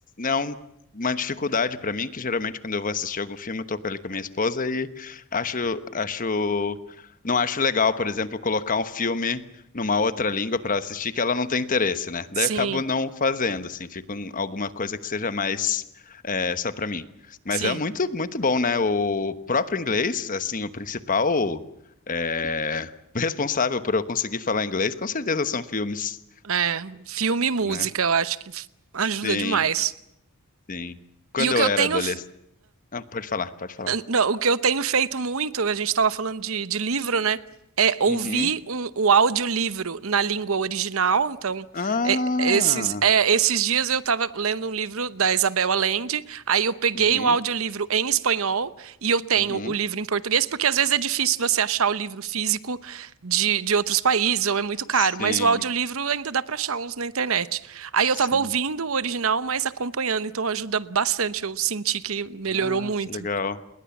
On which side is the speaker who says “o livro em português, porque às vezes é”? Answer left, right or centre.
Right